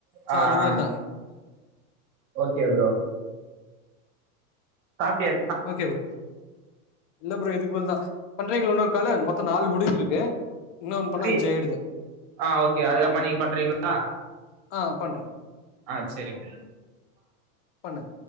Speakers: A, on the left; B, on the right.
A: சோ
B: ஆ
A: அது
B: ஆ
A: மாதிரிதா
B: ஓகே ப்ரோ சாப்ட்டியா
A: ஓகே ப்ரோ இல்ல ப்ரோ இதுக்கு மேல தா பண்றீங்களா இன்னோரு காலு மொத் மொத்த நாலு முடிஞ்சிருக்கு இன்னொன்னு பண்ணா
B: ஃப்ரீ
A: அஞ்சு ஆயிடுது
B: ஆ ஓகே அதுக்கப்புறமா நீங்க பண்றீங்களா
A: ஆ பண்ற
B: ஆ சேரி ப்ரோ
A: பண்ணுங்க